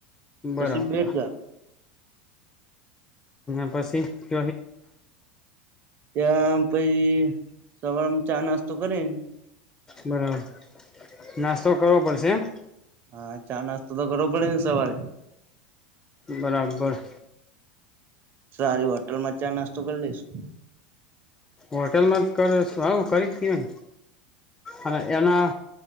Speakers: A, on the left; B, on the right.
A: બરાબર.
B: પછી બેટઘાટ
A: ના બસી કછ.
B: ત્યા પછ સવાર ચા નાસ્તો કરેન.
A: બરાબર નાસ્તો કરવો પડશે એમ.
B: હા ચા નાસ્તો તો કરવો પડે ને સવારે.
A: બરાબર.
B: સારી હોટલ માં ચા નાસ્તો કરી લઈશું.
A: હોટેલમાં જ કર આવું કરી જ કેમ અને એના.